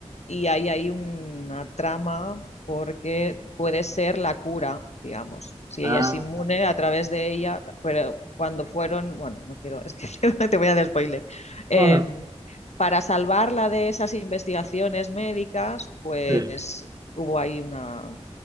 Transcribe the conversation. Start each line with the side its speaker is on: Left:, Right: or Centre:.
Left: y hay ahí una trama porque puede ser la cura, digamos. Si
Right: Ah,
Left: ella es inmune
Right: vale.
Left: a través de ella, pero cuando fueron, bueno, no quiero, es que <laughs> te voy a dar spoiler. Em,
Right: no, no.
Left: para salvarla de esas investigaciones médicas, pues
Right: Sí.
Left: hubo ahí una